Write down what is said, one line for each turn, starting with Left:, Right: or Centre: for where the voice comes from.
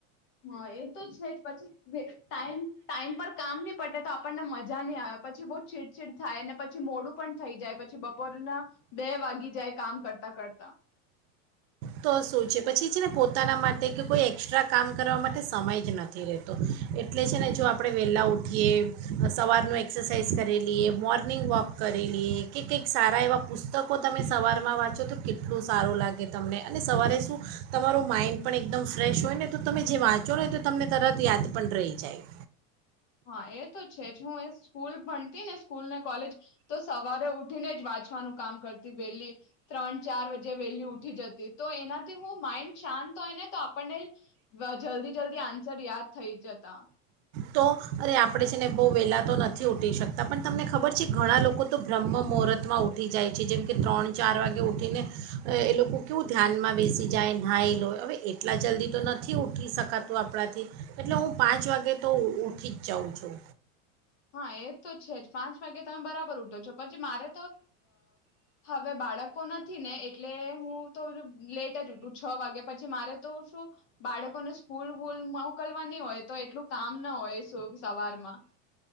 Left: હા, એ તો છે જ પછી ટાઈમ ટાઈમ પર કામ નહી પટે તો આપણને મજા ની આવે પછી બહુ ચીડચીડ થાય ને પછી મોડું પણ થઈ જાય પછી બપોરના બે વાગી જાય કામ કરતા કરતા
Right: ત, શું છે પછી છે ને પોતાના માટે કે કોઈ એક્સ્ટ્રા કામ કરવા માટે સમય જ નથી રહેતો એટલે છે ને જો આપણે વહેલા ઉઠીએ સવારનું એક્સરસાઇઝ કરીલીઈએ મોર્નિંગ વોક કરીલીઈએ કે કંઈક સારા એવાં પુસ્તકો તમે સવારમાં વાંચો તો કેટલું સારું લાગે તમને અને સવારે શું તમારું માઇન્ડ પણ એકદમ ફ્રેશ હોય ને તો તમે જે વાંચો ને તો તમને તરત યાદ પણ રહી જાય
Left: હા, એ તો છે જ હું એ સ્કૂલ ભણતી ને સ્કૂલ ને કોલેજ તો સવારે ઉઠીને જ વાંચવાનું કામ કરતી વહેલી ત્રણ, ચાર, વજે જે વેહેલી ઉઠી જતી તો, એનાથી હું માઇન્ડ શાંત હોય ને તો આપણને જલ્દી જલ્દી આન્સર યાદ થઈ જતા
Right: તો અરે આપણે છે ને બહુ વહેલાં તો નથી ઉઠી શકતા પણ તમને ખબર છે ઘણા લોકો તો બ્રહ્મ મુહૂર્તમાં ઉઠી જાય છે, જેમ કે ત્રણ, ચાર, વાગે ઉઠીને એ લોકો કેવું ધ્યાનમાં બેસી જાય નાઈ લોય હવે એટલા જલ્દી તો નથી ઉઠી શકાતું આપણાથી એટલે હું પાંચ વાગે તો ઊઠી જ જાઉં છું
Left: હા, એ તો છે, જ પાંચ વાગે તમે બરાબર <unintelligible> પછી મારે હવે બાળકો નથી ને એટલે હું તો લેટ જ ઉઠુ છ વાગે પછી મારે તો શું, બાળકોને સ્કૂલ વૂલ મોકલવાની હોય તો એટલું કામ ના હોય. શુભ સવારમાં.